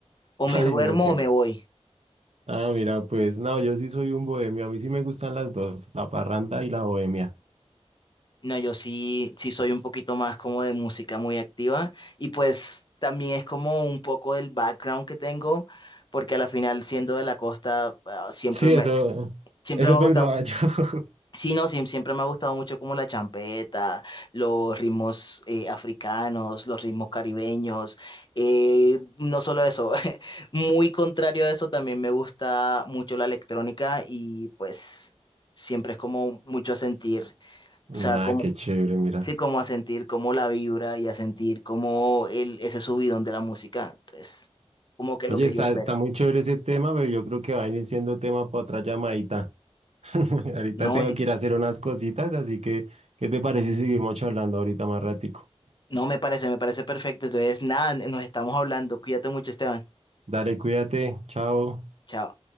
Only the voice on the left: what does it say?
O
me duermo
o me voy.
No, yo sí, sí soy un poquito más como de música muy activa y pues también es como un poco del background que tengo, porque a la final siendo de la costa ah, siempre
me,
siempre
me ha
gustado,
sí, no, siem- siempre me ha gustado mucho como la champeta, los ritmos eh, africanos, los ritmos caribeños, eh, no solo eso, <laughs> muy contrario a eso también me gusta mucho la electrónica y pues siempre es como mucho a sentir.
o sea
Sí, como a sentir como la vibra y a sentir como el, ese subidón de la música. Entonces, como que
lo que
yo espero.
No,
Liz.
No, me parece, me parece perfecto. Entonces, nada, nos estamos hablando. Cuídate mucho, Esteban.
Chao.